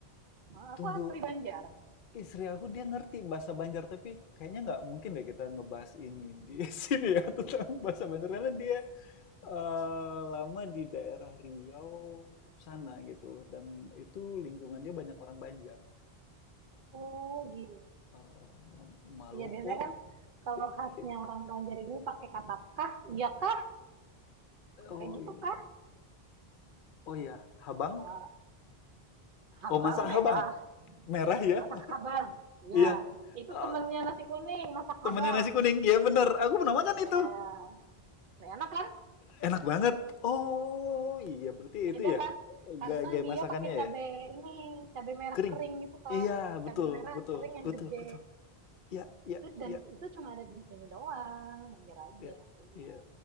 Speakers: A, on the right (about 55°); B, on the left (about 60°).
A: Oh, Aku
B: tunggu.
A: asli Banjar.
B: Istri aku dia ngerti bahasa Banjar tapi kayaknya nggak mungkin deh kita ngebahas ini di <laughs> sini ya tentang bahasa Banjar karena dia eh, lama di daerah Riau sana gitu loh dan itu lingkungannya banyak orang Banjar.
A: Oh gitu.
B: Eh, Malopo.
A: Iya biasanya kan kalau
B: Eh,
A: khasnya
B: eh,
A: orang Banjar ini pakai kata kah, iya kah,
B: Oh
A: kayak gitu
B: iya.
A: kah.
B: Oh iya, Habang.
A: Eh, habang
B: Oh masa Habang?
A: merah,
B: Merah ya?
A: masak habang. Iya,
B: Iya.
A: itu
B: Oh,
A: temennya nasi kuning, masak
B: temannya
A: habang.
B: nasi kuning. Iya bener. Aku pernah makan
A: Iya,
B: itu.
A: Nah, enak kan?
B: Enak banget. Oh,
A: Nah,
B: iya berarti
A: Beda
B: itu ya
A: kan?
B: gaya,
A: Karena
B: gaya masakannya
A: dia pakai cabe
B: ya.
A: ini, cabe merah
B: Kering.
A: kering gitu kak.
B: Iya,
A: Cabe
B: betul,
A: merah
B: betul,
A: kering yang
B: betul,
A: gede.
B: betul. Iya, iya,
A: Itu dan
B: iya,
A: itu cuma ada di sini doang, Banjar aja
B: iya,
A: yang punya.
B: iya,